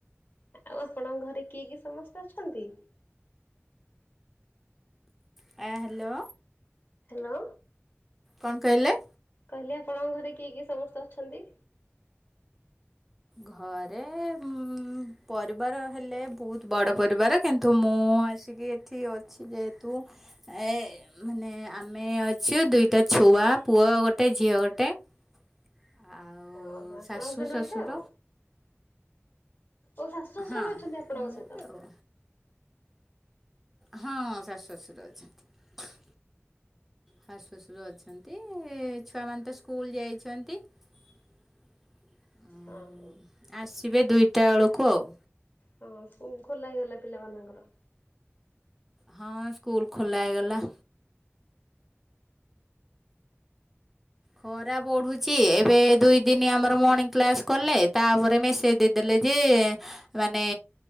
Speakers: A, on the left; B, in the centre.
A: ଆଉ ଆପଣଙ୍କ ଘରେ କିଏ କିଏ ସମସ୍ତେ ଅଛନ୍ତି?
B: ଆ ହ୍ୟାଲୋ
A: ହ୍ୟାଲୋ
B: କଣ କହିଲେ?
A: କହିଲି ଆପଣଙ୍କ ଘରେ କିଏ କିଏ ସମସ୍ତେ ଅଛନ୍ତି?
B: ଘରେ ହୁଁ ପରିବାର ହେଲେ ବହୁତ ବଡ଼ ପରିବାର କିନ୍ତୁ ମୁଁ ଆସିକି ଏଠି ଅଛି ଯେହେତୁ ଏ ମାନେ ଆମେ ଅଛୁ ଦୁଇଟା ଛୁଆ ପୁଅ ଗୋଟେ ଝିଅ ଗୋଟେ ଆଉ
A: ହଉ ଆପଣ
B: ଶାଶୁ
A: ହଜବେଣ୍ଡ
B: ଶ୍ୱଶୁର
A: ୱାଇଫ୍ ଆଉ ଓ ଶାଶୁ ଶଶୁର
B: ହଁ
A: ବି ଅଛନ୍ତି ଆପଣଙ୍କ
B: ଏମିତି
A: ସହିତ
B: ଆଉ ହଁ ଶାଶୁ ଶ୍ୱଶୁର ଅଛନ୍ତି। ସାଶୁ ଶୁଶୁର ଅଛନ୍ତି ଛୁଆମାନେ ତ ସ୍କୁଲ ଯାଇଛନ୍ତି ଅ
A: ହଁ ହଁ
B: ଆସିବେ ଦୁଇଟା ବେଳକୁ ଆଉ
A: ହଁ ସ୍କୁଲ ଖୋଲା ହେଇଗଲା ପିଲାମାନଙ୍କର
B: ହଁ ସ୍କୁଲ ଖୋଲା ହେଇ ଗଲା। ଖରା ବଢୁଛି ଏବେ ଦୁଇ ଦିନ ଆମର ମର୍ଣିଂ କ୍ଲାସ କଲେ ତାପରେ ମେସେଜ ଦେ ଦେଲେ ଜି ମାନେ